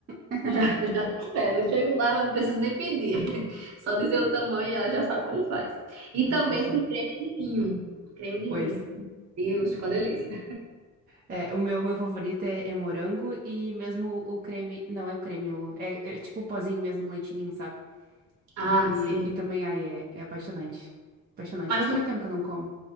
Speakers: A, on the right; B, on the right.
A: <laughs>
B: Já, já tá certo. Eu chego lá, ela não precisa nem pedir. <laughs> Só dizer o tamanho e ela já sabe como faz. E
A: Ai,
B: também
A: que ótimo.
B: com creme de ninho. Creme de
A: Pois.
B: ninho. Deus, ficou uma delícia.
A: É, o meu, meu favorito é, é morango e mesmo o, creme. Não é o creme, o- é, é tipo o pozinho mesmo do leitinho, sabe?
B: Ah,
A: E,
B: sei.
A: e também, ai, é, é apaixonante. Apaixonante.
B: Mas
A: Faz
B: tu,
A: muito tempo que eu não como.